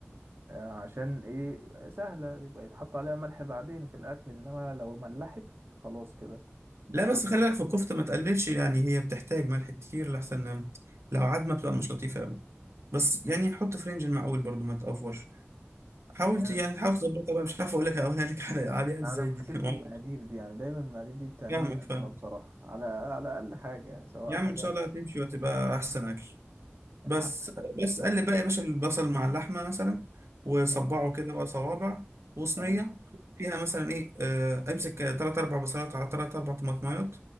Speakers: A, on the right; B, on the right.
A: آه، عشان ايه سهله يبقى يتحط عليها ملح بعدين في الاكل انما لو ملحت خلاص كده
B: لا بس خلي بالك في الكفته ما تقللش يعني هي بتحتاج ملح كتير لحسن لو عدمه بتبقى مش لطيفه قوي بس يعني حط في رينج المعقول برضو ما تقفرش حاولت
A: يعني
B: يعني حاول تظبطها بقى مش عارف اقول لك اقولها لك <laughs> على- عليها ازاي
A: انا
B: دي
A: مشكلتي
B: <laughs> ما أعرفش.
A: المقادير دي يعني دايما المقادير دي بتعمل
B: فاهمك
A: لي
B: فاهمك
A: ازمه بصراحه على على اقل حاجه يعني سواء
B: يا
A: حاجه
B: عم ان شاء الله هتمشي وهتبقى احسن اكل
A: يا
B: بس
A: عم
B: بس قال
A: يعني
B: لي بقى يا باشا البصل مع اللحمه مثلا وصبعه
A: تمام
B: كده بقى صوابع وصينيه
A: تمام
B: فيها مثلا ايه آه امسك تلات اربع بصلات على تلات اربع طماطمايات